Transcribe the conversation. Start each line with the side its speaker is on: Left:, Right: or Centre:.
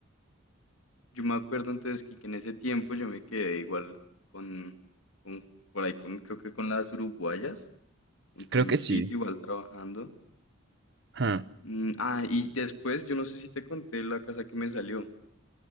Left: Yo me acuerdo entonces que, que en ese tiempo yo me quedé igual con, con por ahí con, creo que con las uruguayas, un tiempito
Right: Creo que sí.
Left: igual trabajando.
Right: Ah,
Left: Mm, ah, y después yo no sé si te conté la casa que me salió.